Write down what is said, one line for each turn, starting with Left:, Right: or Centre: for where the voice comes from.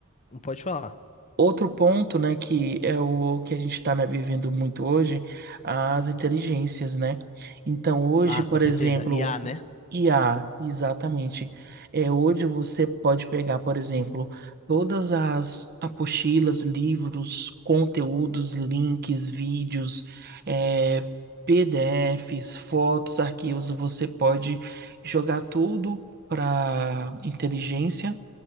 Left: um- pode falar.
Right: Outro ponto, né, que é o que a gente está, vivendo muito hoje, as inteligências, né? Então, hoje,
Left: Ah,
Right: por
Left: com certeza.
Right: exemplo,
Left: I a né?
Right: IA, exatamente. É, hoje você pode pegar, por exemplo, todas as apostilas, livros, conteúdos, links, vídeos, é, PDFs, fotos, arquivos, você pode jogar tudo para inteligência